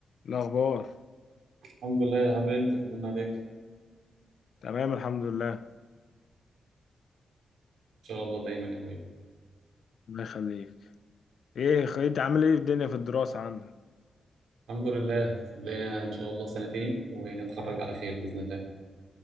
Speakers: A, on the left; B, on the right.
A: الأخبار
B: الحمد لله عامل ايه انت طمنا عليك
A: تمام الحمد لله
B: ان شاء الله دايما يا حبيبي
A: الله يخليك إيه خ- أنت عامل إيه في الدنيا في الدراسة عندك
B: الحمد لله لنا ان شاء الله سنتين ونتخرج على خير باذن الله